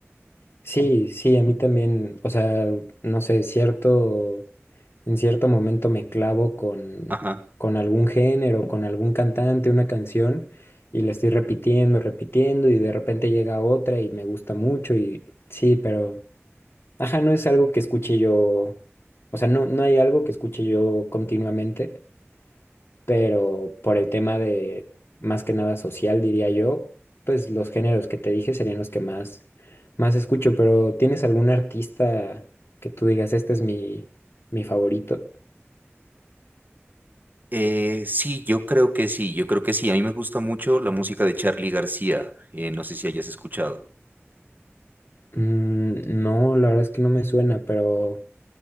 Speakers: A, on the left; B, on the right.
A: Sí, sí, a mí también, o sea, no sé, cierto, en cierto momento me clavo con,
B: Ajá.
A: con algún género, con algún cantante, una canción, y la estoy repitiendo, repitiendo, y de repente llega otra y me gusta mucho, y sí, pero, ajá, no es algo que escuche yo, o sea, no, no hay algo que escuche yo continuamente pero por el tema de más que nada social, diría yo, pues los géneros que te dije serían los que más, más escucho, pero ¿tienes algún artista que tú digas, este es mi, mi favorito?
B: Eh, sí, yo creo que sí, yo creo que sí. A mí me gusta mucho la música de Charly García. eh, no sé si hayas escuchado.
A: Mm, no, la verdad es que no me suena, pero